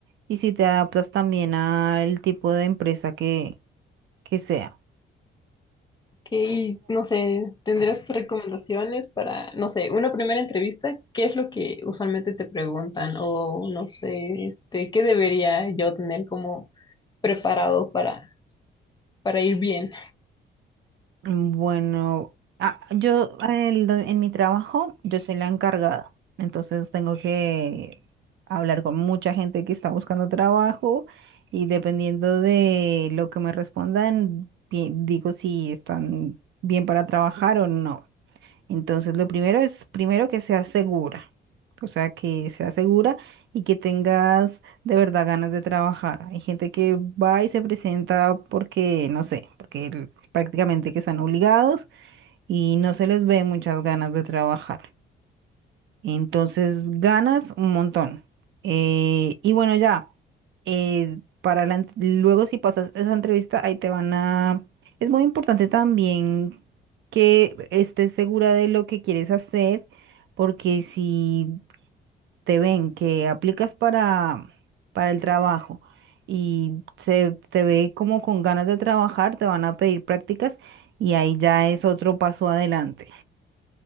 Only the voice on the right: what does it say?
y si te adaptas también al tipo de empresa que, que sea.
Mm, Bueno, ah, yo el do- en mi trabajo, yo soy la encargada, entonces tengo que hablar con mucha gente que está buscando trabajo y dependiendo de lo que me respondan, pi- digo si están bien para trabajar o no. Entonces, lo primero es, primero que sea segura, o sea, que sea segura y que tengas de verdad ganas de trabajar. Hay gente que va y se presenta porque, no sé, porque el- prácticamente que están obligados y no se les ve muchas ganas de trabajar. Entonces ganas un montón. Eh, y bueno, ya, eh, para la ent- luego si pasas esa entrevista, ahí te van a... Es muy importante también que estés segura de lo que quieres hacer, porque si te ven que aplicas para, para el trabajo y se te ve como con ganas de trabajar, te van a pedir prácticas y ahí ya es otro paso adelante.